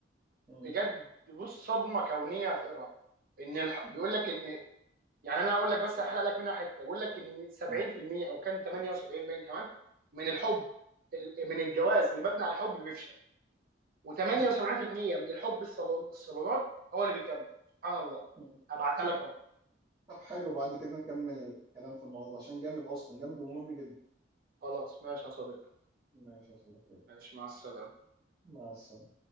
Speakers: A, on the right; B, on the right.
A: مم.
B: بجد بص صدمه كونيه هتقراها ان الح...
A: مم.
B: بيقول لك ان يعني انا هقول لك بس هحرق لك منها حته بيقول لك ان 70%
A: مم.
B: او كان 78 باين كمان من الحب ال- من الجواز اللي مبني على الحب بيفشل و78%
A: مم.
B: من الحب الصالون الصالونات هو اللي بيكمل سبحان الله
A: مم.
B: هبعتها
A: مم.
B: لك اهو
A: طب حلو بعد كده نكمل الكلام في الموضوع ده عشان جامد اصلا جامد ومهم جدا
B: خلاص ماشي يا صديقي
A: ماشي يا صديقي
B: ماشي مع السلامه
A: مع السلامة